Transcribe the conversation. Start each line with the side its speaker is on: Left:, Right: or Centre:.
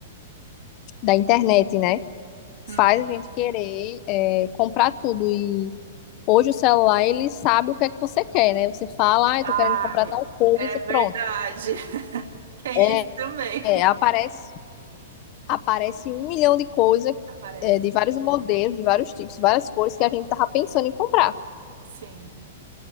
Left: da internet, né?
Right: Uhum.
Left: faz a gente querer é, comprar tudo. E hoje o celular, ele sabe o que é que você quer, né? Você fala, ah eu
Right: Ai,
Left: tô querendo comprar tal coisa,
Right: é verdade.
Left: pronto.
Right: <laughs> Tem
Left: É,
Right: isso também.
Left: é, aparece, aparece um milhão de coisas,
Right: Aparece.
Left: é, de vários modelos, de vários tipos, várias cores que a gente tava pensando em comprar.
Right: Sim.